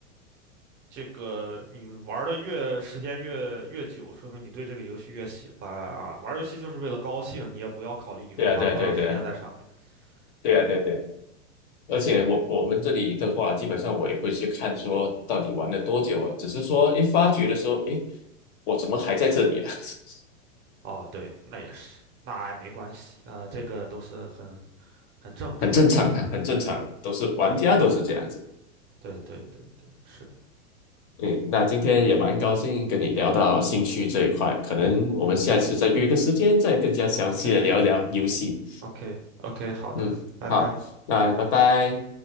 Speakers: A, on the right; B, on the left.
A: 这个你玩的越时间越越久，说明你对这个游戏越喜欢啊。玩游戏就是为了高兴，你也不要考虑你会花多长时间在上面。
B: 对啊，对啊，对啊，对啊，对啊，
A: 对，
B: 对啊，对啊。而且我我们这里的话，基本上我也不会去看说到底玩了多久啊，只是说，诶，发觉的时候，诶，我怎么还在这里啊？<laughs>
A: 哦，对，那也是，那也没关系，呃，这个都是很很正常的。
B: 很正常啊，很正常，都是玩家都是这样子。
A: 对对对对，是的，
B: 嗯，那今天也蛮高兴跟你聊到兴趣这一块，
A: 嗯哼，
B: 可能我们下一次再约个时间，
A: 嗯哼
B: 再更加详细的聊一聊游戏。
A: ，OK OK OK，好的，
B: 嗯，
A: 拜拜。
B: 好，那拜拜。